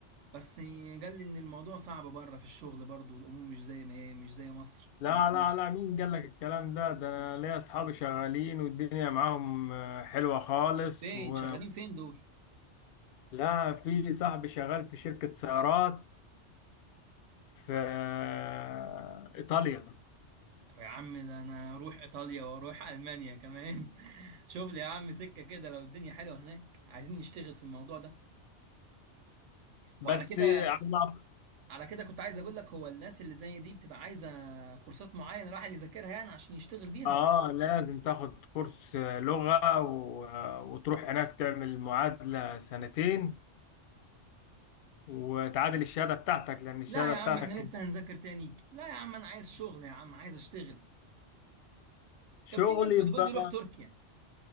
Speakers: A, on the right; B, on the left.
A: بس قال لي ان الموضوع صعب بره في الشغل برضه والامور مش زي ما هي مش زي مصر
B: لا
A: الموضوع
B: لا
A: مش
B: لا مين قال لك الكلام ده ده انا ليا اصحابي شغالين والدنيا معاهم آه، حلوة خالص
A: فين
B: و...
A: شغالين فين دول
B: لا في صاحبي شغال في شركة سيارات في آه، ايطاليا
A: طب يا عم ده انا اروح ايطاليا واروح المانيا كمان <laughs> شوف لي يا عم سكه كده لو الدنيا حلوه هناك عايزين نشتغل في الموضوع ده
B: بس
A: وعلى كده
B: على-
A: على كده كنت عايز اقول لك هو الناس اللي زي دي بتبقى عايزه كورسات معينه الواحد يذاكرها يعني عشان يشتغل بيها
B: اه
A: ولا
B: لازم تاخد كورس آه، لغة و... آه، وتروح هناك تعمل معادلة سنتين وتعادل الشهادة بتاعتك لان الشهادة
A: لا يا
B: بتاعتك
A: عم احنا لسه هنذاكر تاني لا يا عم انا عايز شغل يا عم عايز اشتغل
B: شغل
A: كان في ناس
B: يبقى
A: بتقول لي روح تركيا